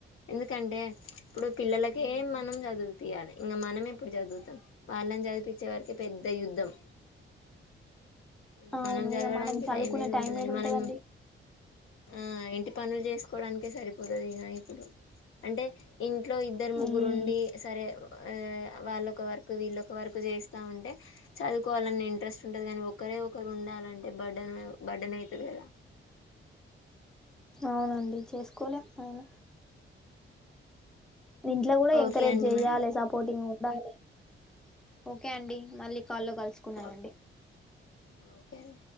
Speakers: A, on the left; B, in the centre.
A: ఎందుకంటే, <inaudible> ఇప్పుడు పిల్లలకే
B: మ్మ్
A: మనం చదువు పియాలి. ఇంకా మనమే ఏప్పుడు చదువుతాం వాళ్ళని చదిపించే వారకే పెద్ద యుద్ధం. ఇంగ
B: అవును
A: మనం చదవడానికి
B: ఇగా మనం చదువుకునే
A: ఏడ
B: టైం ఏడా ఉంటదండి.
A: మనం ఆ ఇంటి పనులు చేసుకోవడానికే సరిపోత. ఇప్పుడు అంటే ఇంట్లో ఇద్దరు ముగ్గురుండి
B: మ్మ్
A: సరే వాళ్ళక్క వర్కు వీళ్ళొక వర్కు చేస్తా ఉంటే చదువు కోవాలని ఇంట్రస్ట్ ఉంటది కానీ ఒకరే ఒకరు ఉండాలంటే బర్డన్ బడ్డన్ ఐతది కదా.
B: అవునండి చేసుకోలేము అయిన ఇంట్ల కూడా ఎంకరేజ్
A: ఓకే అండి
B: చెయ్యాలే
A: మరి
B: సపోర్టింగ్. <inaudible> ఓకే అండి మళ్ళీ కాల్లో కలుసుకుందామండి.
A: ఓ ఓకే అండి